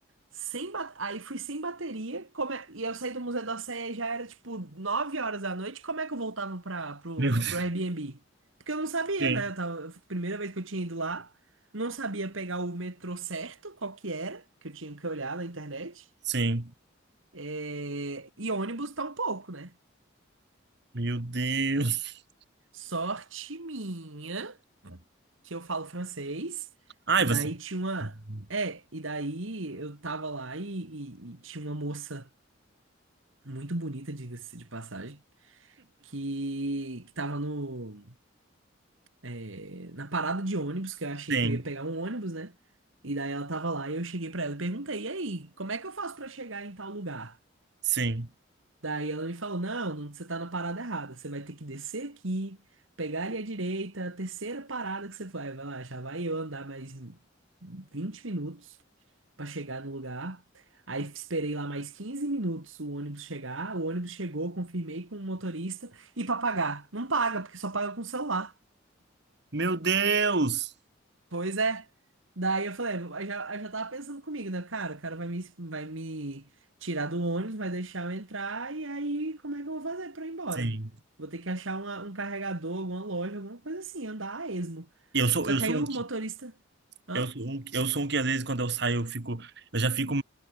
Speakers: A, on the right (about 75°); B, on the right (about 55°).
A: sem ba- Aí fui sem bateria. Como é- E eu saí do Museu da Sé e já era tipo 9 horas da noite. Como é que eu voltava pra... pro...
B: <laughs> Meu Deus,
A: pro Airbnb? Porque eu não sabia,
B: sim,
A: né? Eu tava... Primeira vez que eu tinha ido lá, não sabia pegar o metrô certo, qual que era, que eu tinha que olhar na internet.
B: sim,
A: É, E ônibus tá um pouco, né?
B: meu Deus.
A: Sorte minha, que eu falo francês,
B: Ai,
A: e
B: você.
A: daí tinha uma.
B: <laughs>
A: É, e daí eu tava lá e, e e tinha uma moça muito bonita, diga-se de passagem que, que tava no, é, na parada de ônibus, que eu achei
B: Sim,
A: que eu ia pegar um ônibus, né? E daí ela tava lá e eu cheguei pra ela e perguntei, e aí, como é que eu faço pra chegar em tal lugar?
B: sim.
A: Daí ela me falou, não, não, você tá na parada errada, você vai ter que descer aqui, pegar ali à direita, a terceira parada que você vai, vai lá, já vai eu andar mais 20 minutos para chegar no lugar. Aí esperei lá mais 15 minutos o ônibus chegar. O ônibus chegou, confirmei com o motorista. E para pagar? Não paga, porque só paga com o celular.
B: Meu Deus!
A: Pois é. Daí eu falei, eu já, eu já tava pensando comigo, né? Cara, o cara vai me, vai me tirar do ônibus, vai deixar eu entrar. E aí, como é que eu vou fazer para ir embora?
B: Sim.
A: Vou ter que achar uma- um carregador, alguma loja, alguma coisa assim, andar a esmo.
B: Eu sou,
A: Só
B: eu
A: que
B: sou
A: aí o
B: um.
A: motorista. Hã?
B: Eu sou um, eu sou um que às vezes quando eu saio eu fico, eu já fico